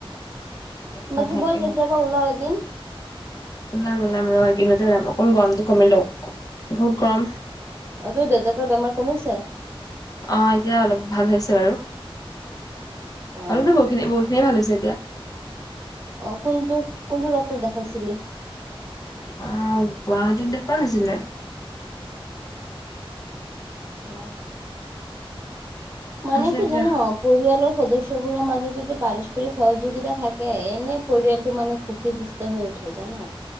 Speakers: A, on the right (about 25°); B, on the left (about 40°).
A: বাকি
B: ভাত ভালকে
A: ব'ল। কেতিয়া
B: ভাত
A: এদিন
B: ওলাম ওলাম ৰ এই কেইদিন ওলাম অকণ গৰমটো কমি লও বহুত গৰম।
A: অ তোৰ দেউতাকৰ বেমাৰ কমিছে?
B: অ এতিয়া অলপ ভাল হৈছে বাৰু। অলপ
A: অ
B: ন বহুখিনি বহুতখিনি ভাল হৈছে। জগা।
A: অ কোনটো, কোনটো ডক্তৰ দেখাইছিলি?
B: অহ গুৱাহাটীত দেখুুৱা হৈছিলে।
A: অহ মানে
B: আছে
A: কি
B: এতিয়া
A: জানো পৰিয়ালৰ সদস্যবোৰৰ মাজত যদি পাৰস্পৰিক সহযোগিতা থাকে এনে পৰিয়ালটো মানে সুখী সুস্থ হৈ উ তেতিয়া ন